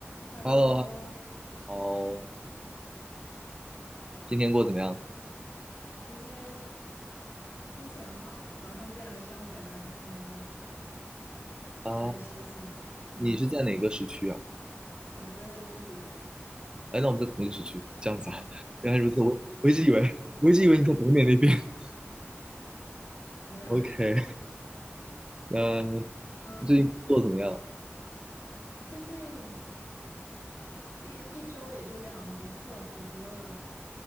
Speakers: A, on the left; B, on the right.
A: Hello，
B: Hello，哦，今天过得怎么样？
A: 今天天气很好，早上健了个身回来，现在
B: 啊、
A: 坐在休息呢。嗯，
B: 你是在哪个时区啊？
A: 我在英国
B: 哎，那我们在同一个时区，这样子啊？
A: 啊，
B: 原来如此，我我一直以为，我一直以为你在北美那边。
A: <laughs>
B: <laughs>
A: 没有，
B: OK，那
A: <laughs> 嗯，
B: 最近过得怎么样？
A: 最近呃一一周也就两节课，我觉得